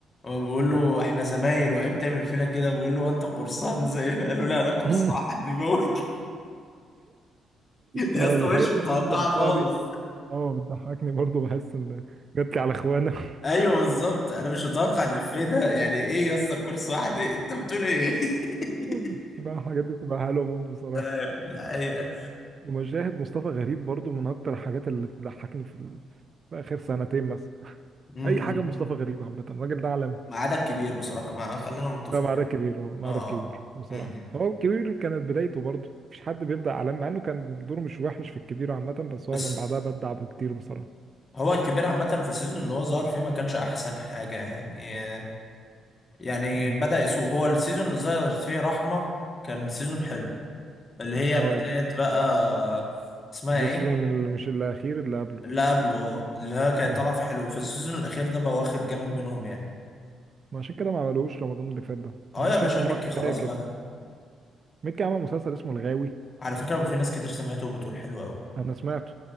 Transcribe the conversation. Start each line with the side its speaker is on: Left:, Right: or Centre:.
Left: هو بيقول
Right: اللي
Left: له
Right: هو
Left: احنا زمايل وعيب تعمل فينا كده بيقول له هو انت قرصان زينا قال له لا انا قرصان
Right: <laughs>
Left: حد بيموت يا
Right: اه
Left: اسطى
Right: الحياة
Left: مش متوقعه
Right: غير متوقعة
Left: خالص
Right: دي. اه بتضحكني برضه بحس ان جات لي على اخوانا <laughs>
Left: ايوه بالظبط انا مش متوقع الافيه ده يعني ايه يا اسطى كورس واحد إيه؟ انت بتقول ايه <laughs>
Right: بتبقى الحاجات دي بتبقى حلوه موت بصراحه
Left: أيوة، دي حقيقة
Right: ومشاهد مصطفى غريب برضه من اكتر الحاجات اللي بتضحكني في, ال... في اخر سنتين مثلا
Left: أمم.
Right: اي حاجه مصطفى غريب عامه الراجل ده عالمي
Left: ميعادك كبير بصراحة ما خلينا متفقين
Right: لا معركة كبير اه معركة
Left: اه
Right: كبير
Left: اه
Right: بصراحه
Left: أمم.
Right: هو الكبير كانت بدايته برضه مش حد بيبدا عالمي مع انه كان دوره مش وحش في الكبير عامه بس هو
Left: بس
Right: من بعدها بدع بكتير بصراحه
Left: هو الكبير عامة في السيزون اللي هو ظهر فيه ما كانش أحسن حاجة يعني يعني
Right: اه
Left: بدأ يسوق
Right: بس-
Left: هو السيزون اللي ظهر فيه رحمة كان سيزون حلو اللي هي
Right: اه
Left: بداية بقى اسمها
Right: ده
Left: ايه
Right: سيزون من اللي مش الاخير اللي قبله
Left: اللي قبله اه اللي هو كانت
Right: مهم.
Left: طالعه فيه حلو في السيزون الاخير ده بقى واخد جامد منهم يعني
Right: ما عشان كده ما عملوش رمضان اللي فات ده
Left: اه
Right: انا
Left: يا
Right: شايف
Left: باشا
Right: ان
Left: ميكي
Right: هو كفايه
Left: خلاص
Right: كده
Left: بقى
Right: ميكي عمل مسلسل اسمه الغاوي
Left: على فكره بقى في ناس كتير سمعته وبتقول حلو قوي
Right: انا سمعته